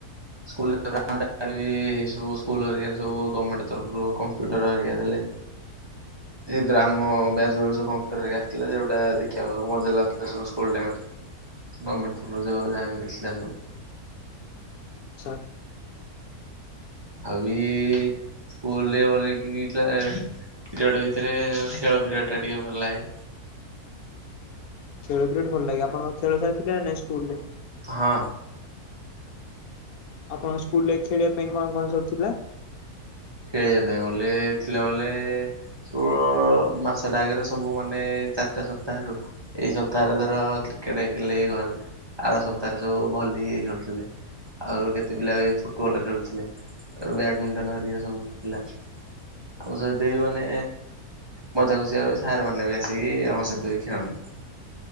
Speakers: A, on the right (about 15°); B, on the left (about 75°).
A: ସ୍କୁଲ ରେ <unintelligible> ସବୁ ସ୍କୁଲ ହେରିକରେ ସବୁ ଗର୍ମେଣ୍ଟ ତରଫରୁ କମ୍ପ୍ୟୁଟର ହେରୀକା ଦେଲେ। ଏଇ ଆମ ବ୍ୟାଚ୍ ରେ କମ୍ପ୍ୟୁଟର ହେରିଆ ଆଥିଲା ସେଗୁଡା ଦେଖିବାକୁ ମଜା ଲାଗୁଥିଲା ସବୁ ସ୍କୁଲ ଟାଇମ ରେ। ଗର୍ମେଣ୍ଟ ତରଫରୁ ଯୋଉ ଯାହା ମିଳିଥିଲା ସବୁ।
B: ଆଛା।
A: ଆଉବି ସ୍କୁଲରେ <inaudible> ଯୋଡ ଭିତରେ ଖେଳ ପିରିୟଡ ଟା ଟିକେ ଭଲ ଲାଗେ।
B: ଖେଳ ପିରିଅଡ୍ ଭଲ ଲାଗେ ଆପଣଙ୍କ ଖେଳ ସାର ଥିଲା ନା ନାଇଁ ସ୍କୁଲ ରେ?
A: ହଁ।
B: ଆପଣଙ୍କ ସ୍କୁଲ ରେ ଖେଳିବା ପାଇଁ କଣ କଣ ସବୁ ଥିଲା?
A: ଖେଳିବା ପାଇଁ ବଲେ ଥିଲା ବଲେ। ଷୋହଳ ମାସଟା ଆଗରେ ସବୁ ମାନେ ଚାରିଟା ସପ୍ତାହ ରୁ ଏଇ ସପ୍ତାହରେ ଧର କ୍ରିକେଟ ଖେଳିଲେ କଣ ହେଲା ଆର ସପ୍ତାହରେ ସବୁ ଭଲି ଖେଳୁଥିଲେ। ଆଉ କେତେ ପିଲା ଫୁଟବଲ ଖେଳୁଥିଲେ ତର ବ୍ୟାଡମିଣ୍ଟନ ହରିଆ ସବୁ ଥିଲା। ଆମ ସହିତ ବି ମାନେ ମଜା ଖୁସିିଆ ସାର୍ ମାନେ ବି ଆସିକି ଆମ ସହିତ ବି ଖେଳନ୍ତି।